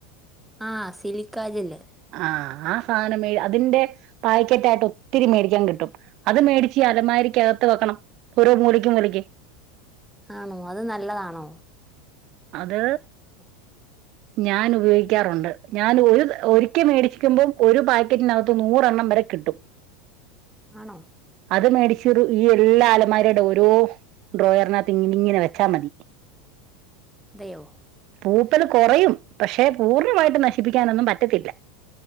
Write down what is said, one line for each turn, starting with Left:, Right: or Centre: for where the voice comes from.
Centre: ആഹ സിലിക്കാജല്ലേ
Right: ആ ആ സാധനം മ അതിന്റെ പായ്ക്കറ്റ് ആയിട്ട് ഒത്തിരി മേടിക്കാൻ കിട്ടും അത് മേടിച്ച് അലമാരിക്ക് അകത്ത് വെക്കണം ഓരോ മൂലക്ക് മൂലയ്ക്ക്
Centre: ആണോ അത് നല്ലതാണോ
Right: അത്
Centre: ആ <unintelligible>
Right: ഞാൻ ഉപയോഗിക്കാറുണ്ട് ഞാൻ ഒരിക്കൽ മേടിക്കുമ്പോം ഒരു പാക്കറ്റിനകത്ത് നൂറെണ്ണം വരെ കിട്ടും
Centre: ആണോ
Right: അത് മേടിച്ചരു ഈ എല്ലാ അലമാറയുടെ ഓരോ ഡ്രോയറിനകത്ത് ഇങ്ങനെ വെച്ചാ മതി
Centre: അതെയൊ
Right: പൂപ്പല് കുറയും പക്ഷെ പൂർണ്ണമായിട്ട് നശിപ്പിക്കാനൊന്നും പറ്റത്തില്ല